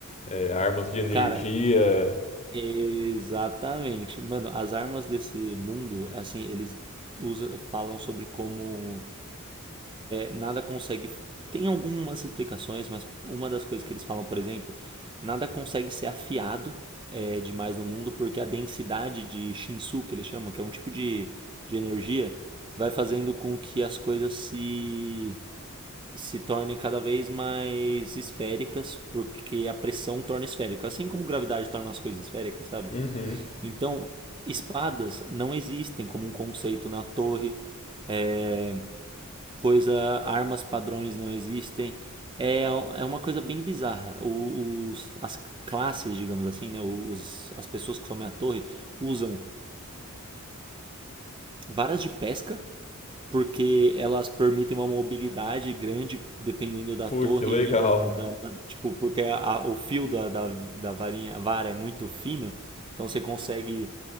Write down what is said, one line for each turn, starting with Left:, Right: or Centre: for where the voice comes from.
Left: é, armas de energia.
Right: Cara, exatamente. Mano, as armas desse mundo, assim, eles usa, falam sobre como nada consegue. Tem algumas explicações, mas uma das coisas que eles falam, por exemplo, nada consegue ser afiado é, demais no mundo porque a densidade de Shinsu, que eles chamam, que é um tipo de, de energia, vai fazendo com que as coisas se, se tornem cada vez mais esféricas, porque a pressão torna esférica. Assim como gravidade torna as coisas esféricas, sabe?
Left: Uhum.
Right: Então, espadas não existem como um conceito na torre. É, coisa, armas padrões não existem. É, é uma coisa bem bizarra. O- os, as classes, digamos assim, né? Os, as pessoas que somem a torre usam varas de pesca, porque elas permitem uma mobilidade grande dependendo da
Left: Pô,
Right: torre
Left: que legal.
Right: e da. da- tipo, porque a- o fio da, da, da varinha, a vara é muito fino, então você consegue